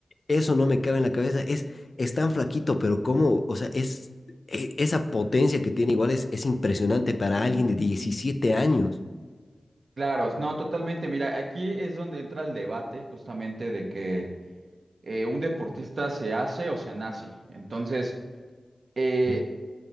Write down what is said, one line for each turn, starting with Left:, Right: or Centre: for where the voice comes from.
Left: eso no me cabe en la cabeza. Es, es tan flaquito, pero cómo, o sea, es e- esa potencia que tiene igual es, es impresionante para alguien de 17 años.
Right: Claro, no, totalmente. Mira, aquí es donde entra el debate justamente de que eh, un deportista se hace o se nace. Entonces, eh,
Left: Sí.